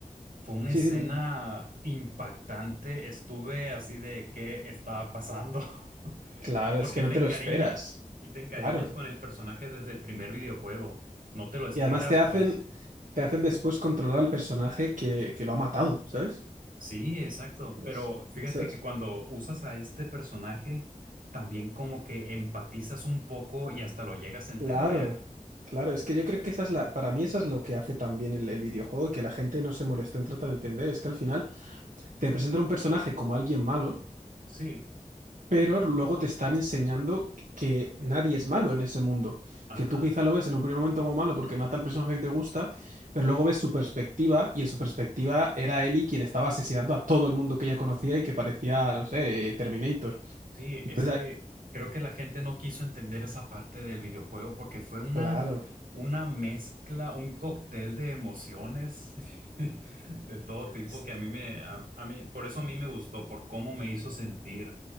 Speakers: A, on the right; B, on the right.
A: Fue una
B: Sí,
A: escena
B: dime, dime.
A: impactante. Estuve así de qué estaba pasando. <laughs>
B: Claro,
A: Porque
B: es que
A: te
B: no te
A: encariñas
B: lo esperas.
A: y te encariñas
B: Claro,
A: con el personaje desde el primer videojuego. No te lo esperas,
B: Y además te hacen,
A: pues.
B: te hacen después controlar al personaje que, que lo ha matado, ¿sabes?
A: Sí, exacto.
B: Es-
A: Pero fíjate
B: eso es-
A: que cuando usas a este personaje, también como que empatizas un poco y hasta lo llegas a
B: Claro,
A: entender.
B: claro, es que yo creo que esa es la, para mí eso es lo que hace también el, el videojuego y que la gente no se molestó en tratar de entender, es que al final te presenta un personaje como alguien malo
A: Sí,
B: pero luego te están enseñando que nadie es malo en ese mundo.
A: ajá.
B: Que tú quizá lo ves en un primer momento como malo porque mata al personaje que te gusta, pero luego ves su perspectiva y en su perspectiva era Ellie quien estaba asesinando a todo el mundo que ella conocía y que parecía, no sé, eh, Terminator.
A: Sí,
B: Entonces,
A: es que
B: ah,
A: creo que la gente no quiso entender esa parte del videojuego porque fue una,
B: claro.
A: una mezcla, un cóctel de emociones <laughs> de todo tipo
B: S-
A: que a mí me, a, a mí, por eso a mí me gustó, por cómo me hizo sentir